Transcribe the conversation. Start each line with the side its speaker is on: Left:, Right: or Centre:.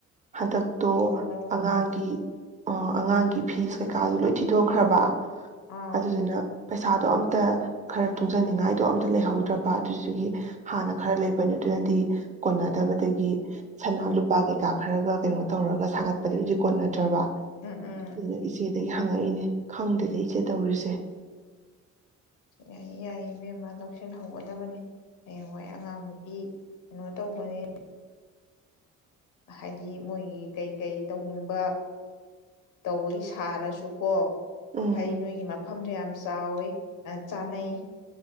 Right: ꯍꯟꯗꯛꯇꯣ
Left: ꯑꯣ ꯂꯧꯑꯣ
Right: ꯑꯉꯥꯡꯒꯤ
Left: ꯂꯧꯑꯣ
Right: ꯑ ꯑꯉꯥꯡꯒꯤ ꯐꯤꯁ ꯀꯩꯀꯥꯁꯨ ꯂꯣꯏ ꯊꯤꯗꯣꯛꯈ꯭ꯔꯕ
Left: ꯑꯥ
Right: ꯑꯗꯨꯗꯨꯅ ꯄꯩꯁꯥꯗꯣ ꯑꯝꯇ ꯈꯔ ꯇꯨꯡꯖꯅꯤꯡꯉꯥꯏꯗꯣ ꯑꯝꯇ ꯂꯩꯍꯧꯗ꯭ꯔꯕ ꯑꯗꯨꯒꯤ ꯍꯥꯟꯅ ꯈꯔ ꯂꯩꯕ ꯄꯅꯗꯨꯅꯗꯤ ꯀꯣꯟꯅꯗꯕꯗꯒꯤ ꯁꯅꯥ ꯂꯨꯄꯥ ꯀꯩꯀꯥ ꯈꯔꯒ ꯀꯩꯅꯣ ꯇꯧꯔꯒ ꯁꯥꯒꯠꯄꯗꯗꯤ ꯀꯣꯟꯅꯗ꯭ꯔꯕ
Left: ꯎꯝ ꯎꯝ
Right: ꯑꯗꯨꯗ ꯏꯆꯦ ꯗꯒꯤ ꯍꯪꯉꯛꯏꯅꯦ ꯈꯪꯗꯦꯗ ꯏꯆꯦ ꯇꯧꯔꯤꯁꯦ
Left: ꯌꯥꯏꯌꯦ ꯌꯥꯏꯌꯦ ꯕꯦꯝꯃꯥ ꯂꯧꯁꯤꯟꯍꯧꯒꯗꯕꯅꯤ ꯍꯌꯦꯡꯋꯥꯏ ꯑꯉꯥꯡ ꯅꯨꯄꯤ ꯀꯩꯅꯣ ꯇꯧꯕꯅꯦ ꯍꯥꯏꯗꯤ ꯃꯣꯏꯒꯤ ꯀꯩꯀꯩ ꯇꯧꯅꯤꯡꯕ ꯇꯧꯕꯒꯤ ꯁꯥꯔꯁꯨꯀꯣ
Right: ꯎꯝ
Left: ꯐꯩ ꯅꯣꯏꯒꯤ ꯃꯐꯝꯗꯨ ꯌꯥꯝ ꯆꯥꯎꯏ ꯆꯥꯅꯩ